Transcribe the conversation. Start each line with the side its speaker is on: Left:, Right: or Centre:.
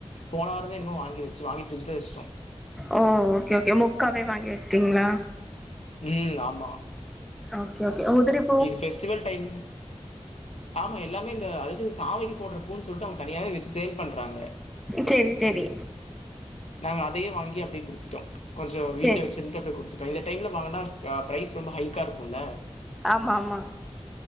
Left: போன வாரமே என்னமோ வாங்கி வச்சு வாங்கி பிரிட்ஜில வச்சிட்டோ
Centre: ஓ ஓகே ஓகே முக்காவே வாங்கி வச்சுட்டீங்களா
Left: ம் ஆமா
Centre: ஓகே ஓகே உதிரிப்
Left: இது ஃபெஸ்டிவல் டைமின் ஆமா எல்லாமே இந்த அதாவது சாமைக்கி போடுற பூவுன்னு சொல்ட்டு அவங்க தனியாவே வெச்சு சேல் பண்றாங்க
Centre: செரி செரி
Left: நாங்க அதையே வாங்கி அப்டியே குடுத்துட்டோ கொஞ்சோ வீட்ல
Centre: சேரி
Left: வச்சு சேர்ன்ட்டு அப்டி குடுத்துட்டோ இந்த டைம்ல வாங்குனா ஆ ப்ரைஸ் ரொம்ப ஹைக்கா இருக்குல்ல
Centre: ஆமாமா